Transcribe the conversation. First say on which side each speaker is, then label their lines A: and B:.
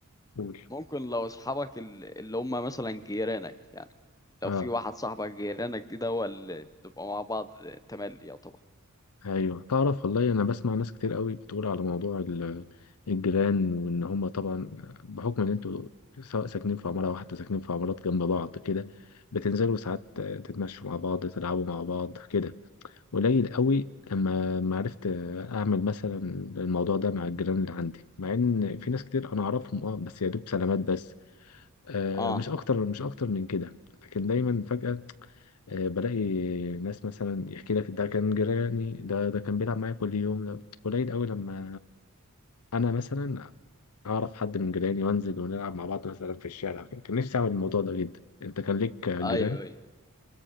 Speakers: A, on the left (about 80°); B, on the left (about 15°).
A: قول
B: ممكن لو اصحابك ال- اللي هم مثلا جيرانك يعني لو
A: اه
B: في واحد صاحبك جيرانك دي ده هو اللي بتبقى مع بعض تملي يعتبر
A: ايوه تعرف والله انا بسمع ناس كتير قوي بتقول على موضوع ال- الجيران وان هم طبعا بحكم ان انتوا سواء ساكنين في عماره واحده ساكنين في عمارات جنب بعض كده بتنزلوا ساعات تتمشوا مع بعض تلعبوا مع بعض كده قليل قوي لما ما عرفت اعمل مثلا الموضوع ده مع الجيران اللي عندي مع ان في ناس كتير انا اعرفهم اه بس يا دوب سلامات بس آه
B: اه
A: مش اكتر مش اكتر من كده لكن دايما فجأة آه، بلاقي ناس مثلا يحكي لك ده كان جيراني ده ده كان بيلعب معايا كل يوم ده قليل قوي لما انا مثلا اعرف حد من جيراني وانزل ونلعب مع بعض مثلا في الشارع كده. كان نفسي اعمل الموضوع ده جدا انت كان ليك جيران
B: ايوه ايوه